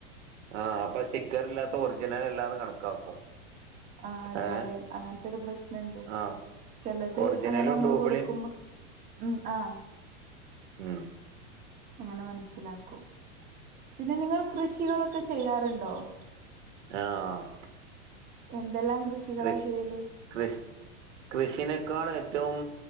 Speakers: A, on the right; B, on the right.
A: ആഹ് അപ്പ സ്റ്റിക്കറില്ലാത്ത ഒറിജിനലല്ലാന്ന് കണക്കാക്കും
B: ആഹ് അതെയതെ
A: ഏ
B: അങ്ങനത്തൊരു പ്രശ്നണ്ട്
A: ആ
B: ചെലത്
A: ഒറിജിനലും
B: അങ്ങനെ നമ്മള്
A: ഡൂബിളിയും
B: കൊടുക്കുമ്പോ ഉം ആഹ്
A: ഉം
B: <inaudible> അങ്ങനെ മനസ്സിലാക്കും പിന്നെ നിങ്ങള് കൃഷികളൊക്കെ ചെയ്യാറുണ്ടോ <inaudible>
A: ആഹ്
B: എന്തെല്ലാം കൃഷികളാ
A: കൃഷ്
B: ചെയ്യല്?
A: കൃഷ് കൃഷിനേക്കാളേറ്റവും